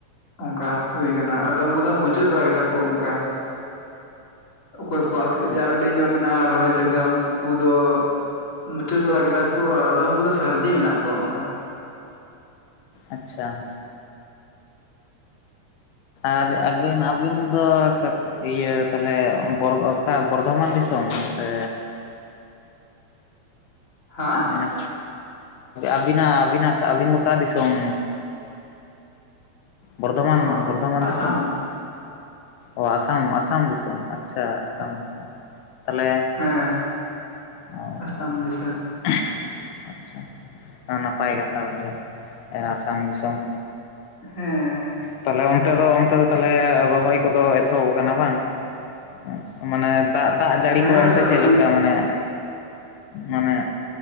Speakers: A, on the left (about 25°); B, on the left (about 80°).
A: ᱚᱱᱠᱟ ᱦᱩᱭ
B: ᱟᱪᱪᱷᱟ
A: ᱠᱟᱱᱟ ᱟᱫᱚ ᱩᱱᱠᱩ ᱫᱚ ᱢᱩᱪᱟᱹᱫ ᱵᱟᱲᱟ ᱠᱮᱫᱟ ᱠᱚ ᱚᱱᱠᱟ᱾ ᱚᱠᱚᱭ ᱠᱚᱣᱟᱜ
B: ᱟᱪᱪᱷᱟ
A: ᱡᱟᱣᱰᱤ ᱧᱚᱜ ᱢᱮᱱᱟᱜ-ᱟ ᱨᱚᱦᱚᱭ ᱡᱟᱭᱜᱟ ᱩᱱᱠᱩ ᱠᱚᱫᱚ ᱢᱩᱪᱟᱹᱫ ᱵᱟᱲᱟ ᱩᱱ ᱟᱫᱚᱢ ᱩᱱᱠᱩ ᱠᱚᱫᱚ ᱥᱟᱹᱨᱫᱤ ᱢᱮᱱᱟᱜ ᱠᱚᱣᱟ ᱚᱱᱠᱟ᱾
B: ᱟᱪᱪᱷᱟ ᱦᱮᱸ ᱟᱨ ᱟᱹᱵᱤᱱ ᱟᱹᱵᱤᱱ ᱫᱚ ᱤᱭᱟᱹ ᱛᱟᱦᱚᱞᱮ ᱚᱠᱟ ᱵᱚᱨᱫᱷᱚᱢᱟᱱ ᱫᱤᱥᱚᱢ ᱥᱮ
A: ᱦᱮᱸ ᱾
B: ᱢᱟᱱᱮ ᱟᱹᱵᱤᱱᱟᱜ ᱟᱹᱵᱤᱱᱟᱜ ᱟᱹᱵᱤᱱ ᱫᱚ ᱚᱠᱟ ᱫᱤᱥᱚᱢ? ᱵᱚᱨᱫᱷᱚᱢᱟᱱ
A: ᱚ
B: ᱵᱚᱨᱫᱷᱚᱢᱟᱱ
A: ᱟᱥᱟᱢ
B: ᱫᱤᱥᱚᱢ ᱚ ᱟᱥᱟᱢ ᱟᱥᱟᱢ ᱫᱤᱥᱚᱢ ᱟᱪᱪᱷᱟ ᱟᱥᱟᱢ ᱫᱤᱥᱚᱢ, ᱛᱟᱦᱚᱞᱮ
A: ᱦᱮᱸ
B: ᱚ
A: ᱟᱥᱟᱢ ᱫᱤᱥᱚᱢ᱾
B: <unintelligible> ᱟᱪᱪᱷᱟ ᱱᱟᱯᱟᱭ ᱠᱟᱛᱷᱟ ᱛᱟᱦᱚᱞᱮ ᱟᱥᱟᱢ ᱫᱤᱥᱚᱢ᱾
A: ᱦᱮᱸ᱾
B: ᱛᱟᱦᱚᱞᱮ ᱚᱱᱛᱮ ᱫᱚ ᱚᱱᱛᱮ ᱫᱚ ᱛᱟᱦᱚᱞᱮ ᱨᱚᱦᱚᱭ ᱠᱚᱫᱚ ᱮᱛᱚᱦᱚᱵ ᱟᱠᱟᱱᱟ ᱵᱟᱝ? ᱟᱪᱪᱷᱟ ᱢᱟᱱᱮ ᱫᱟᱜ ᱫᱟᱜ
A: ᱦᱮᱸ
B: ᱡᱟᱹᱲᱤ ᱠᱚ ᱚᱱᱛᱮ
A: ᱥᱟᱹᱨᱫᱤ
B: ᱪᱮᱫᱠᱟ ᱢᱟᱱᱮ ᱢᱟᱱᱮ